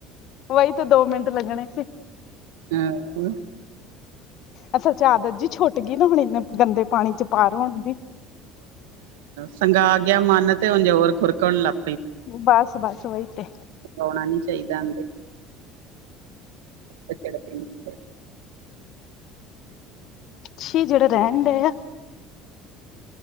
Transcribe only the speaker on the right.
ਹਾਂ
ਸੰਗਾ ਆ ਗਿਆ। ਮਨ ਤੇ ਹੁਣ ਜ਼ਰ ਖੁਰਕਣ ਲੱਗ।
ਲਉਣਾ ਨੀ ਚਾਹੀਦਾ। ਕਿਚੜ ਤੋਂ।